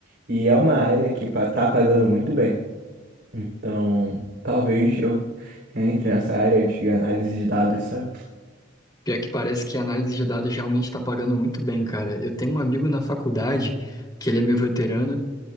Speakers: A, on the right; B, on the left.
A: E é uma área que pa- tá pagando muito bem. Então, talvez eu entre nessa área de análise de dados, sabe?
B: Pior que parece que a análise de dados realmente está pagando muito bem, cara. Eu tenho um amigo na faculdade, que ele é meu veterano,